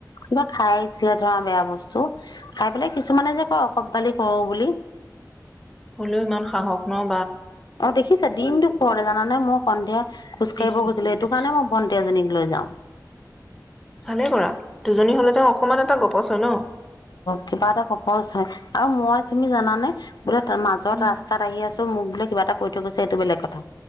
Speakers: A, on the left (about 70°); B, in the centre.
A: কিবা খাই আহিছিলে ধৰা বেয়া বস্তু, খাই পেলাই কিছুমানে যে কয় অসভ্যালি কৰো বুলি।
B: হ'লেও ইমান সাহস নাই।
A: অ দেখিছে দিনতো দুপৰতে জানা নে মোক সন্ধিয়া। খোজ কাঢ়িব
B: ইচ ইচ
A: গৈছিলো,
B: ইচ
A: সেইটো
B: ইচ
A: কাৰণে মই ভটি এজনীক লৈ যাওঁ।
B: ভালে কৰা দুজনী হলে তেওঁ অকমান এটা গপচ হয় ন।
A: কিবা এটা কপচ হয় আৰু মই তুমি জানানে বোলে ত মাজত
B: উম
A: ৰাস্তাত আহি আছো মোক বোলে কিবা এটা কৈ থৈ গৈছে এইটো বেলেগ কথা